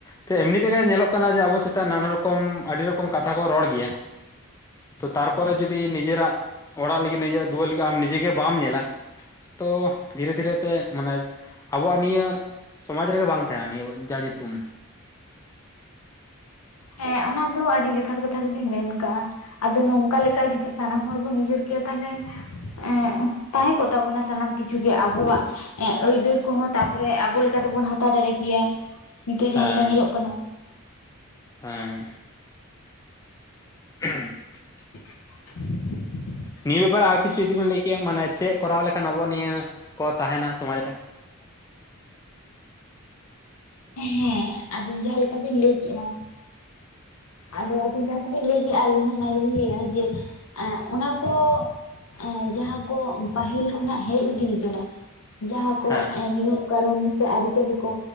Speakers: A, on the left (about 15°); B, on the left (about 85°).
A: ᱛᱮ ᱮᱢᱱᱤ ᱛᱮᱜᱮ ᱧᱮᱞᱚᱜ ᱠᱟᱱᱟ ᱡᱮ ᱟᱵᱚ ᱪᱮᱛᱟᱱ ᱱᱟᱱᱟ ᱨᱚᱠᱚᱢ ᱟᱹᱰᱤ ᱨᱚᱠᱚᱢ ᱠᱟᱛᱷᱟ ᱠᱚ ᱨᱚᱲ ᱜᱮᱭᱟ᱾ ᱛᱚ ᱛᱟᱨᱯᱚᱨᱮ ᱡᱩᱫᱤ ᱱᱤᱡᱮᱨᱟᱜ ᱚᱲᱟᱜ ᱞᱟᱹᱜᱤᱫ ᱱᱤᱡᱮᱨᱟᱜ ᱫᱩᱣᱟᱹᱨ ᱞᱟᱹᱜᱤᱫ ᱟᱢ ᱱᱤᱡᱮ ᱜᱮ ᱵᱟᱢ ᱧᱮᱞᱟ᱾ ᱛᱚ ᱫᱷᱤᱨᱮ ᱫᱷᱤᱨᱮ ᱛᱮ ᱢᱟᱱᱮ ᱟᱵᱚᱣᱟᱜ ᱱᱤᱭᱟᱹ ᱥᱚᱢᱟᱡᱽ ᱨᱮᱜᱮ ᱵᱟᱝ ᱛᱟᱦᱮᱱᱟ ᱱᱤᱭᱟᱹ ᱡᱟ ᱧᱩᱛᱩᱢ᱾
B: ᱦᱮᱸ ᱚᱱᱟ ᱫᱚ ᱟᱹᱰᱤ ᱡᱚᱛᱷᱟᱛ ᱠᱟᱛᱷᱟ ᱜᱮᱵᱤᱱ ᱢᱮᱱ ᱠᱟᱜ-ᱟ᱾ ᱟᱫᱚ ᱱᱚᱝᱠᱟ ᱞᱮᱠᱟ ᱡᱩᱫᱤ ᱥᱟᱱᱟᱢ ᱦᱚᱲ ᱵᱚᱱ ᱩᱭᱦᱟᱹᱨ ᱠᱮᱭᱟ ᱛᱟᱞᱦᱮ ᱮᱸ ᱛᱟᱦᱮᱸ ᱠᱚᱜ ᱛᱟᱵᱚᱱᱟ ᱥᱟᱱᱟᱢ ᱠᱤᱪᱷᱩ ᱜᱮ ᱟᱵᱚᱣᱟᱜ᱾ ᱮᱜ ᱟᱹᱭᱫᱟᱹᱨ ᱠᱚ ᱦᱚᱸ ᱛᱟ-ᱯᱚᱨᱮ ᱟᱵᱚ ᱞᱮᱠᱟ ᱛᱮᱵᱚᱱ ᱦᱟᱛᱟᱣ ᱫᱟᱲᱮ ᱠᱮᱭᱟ ᱱᱤᱛᱚᱜ ᱡᱟᱦᱟᱸ
A: ᱦᱮᱸ
B: ᱞᱮᱠᱟ ᱧᱮᱞᱚᱜ ᱠᱟᱱᱟ᱾
A: ᱦᱮᱸ <unintelligible>
B: <unintelligible>
A: ᱱᱤᱭᱟᱹ ᱵᱮᱯᱟᱨ ᱟᱨ ᱠᱤᱪᱷᱩ ᱡᱩᱫᱤ ᱵᱮᱱ ᱞᱟᱹᱭ ᱠᱮᱭᱟ, ᱢᱟᱱᱮ ᱪᱮᱫ ᱠᱚᱨᱟᱣ ᱞᱮᱠᱷᱟᱱ ᱟᱵᱚᱣᱟᱜ ᱱᱤᱭᱟᱹ ᱠᱚ ᱛᱟᱦᱮᱱᱟ ᱥᱚᱢᱟᱡᱽ ᱨᱮ?
B: ᱦᱮᱸ ᱟᱵᱤᱱ ᱡᱟᱦᱟᱸ ᱞᱮᱠᱟ ᱵᱤᱱ ᱞᱟᱹᱭ ᱠᱮᱜᱼᱟ ᱟᱫᱚ ᱟᱵᱤᱱ ᱡᱟᱦᱟᱸ ᱠᱚ ᱵᱤᱱ ᱞᱟᱹᱭ ᱠᱮ-ᱟ ᱟᱹᱞᱤᱧ ᱦᱚᱸ ᱚᱱᱟ ᱜᱮ ᱞᱤᱧ ᱞᱟᱹᱭᱟ, ᱡᱮ ᱮ ᱚᱱᱟ ᱠᱚ ᱮ ᱡᱟᱦᱟᱸ ᱠᱚ ᱯᱟᱹᱦᱤᱞ ᱠᱷᱚᱱᱟᱜ ᱦᱮᱡ ᱤᱫᱤᱭ ᱠᱟᱱᱟ, ᱡᱟᱦᱟᱸ ᱠᱚ
A: ᱦᱮᱸ
B: ᱮ ᱱᱤᱭᱚᱢ ᱠᱟᱱᱩᱱ ᱥᱮ ᱟᱹᱨᱤ ᱪᱟᱹᱞᱤ ᱠᱚ